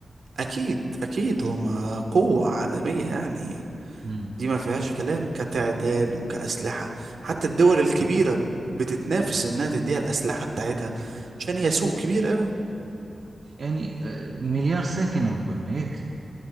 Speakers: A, on the right; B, on the right.
A: اكيد اكيد هما قوة عالمية يعني
B: مم.
A: دي ما فيهاش كلام كتعداد وكأسلحة حتى الدول الكبيرة بتتنافس إنها تديها الأسلحة بتاعتها عشان هي سوق كبير قوي
B: يعني آه، مليار ساكن ربما ياك